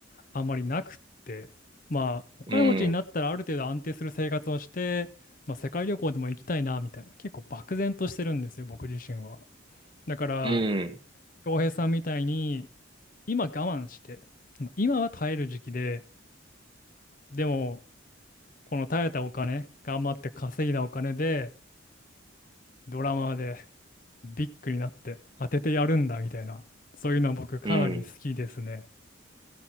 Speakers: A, on the left; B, on the right.
A: あんまりなくって、まあ、お金持ちになったらある程度安定する生活をして、
B: うん、
A: まあ、世界旅行でも行きたいなみたいな、結構漠然としてるんですよ、僕自身は。だから、
B: うん、
A: 恭平さんみたいに、今我慢して、今は耐える時期で、でも、この耐えたお金、頑張って稼いだお金で、ドラマでビッグになって当ててやるんだみたいな、そういうのは僕かなり好きですね。
B: うん。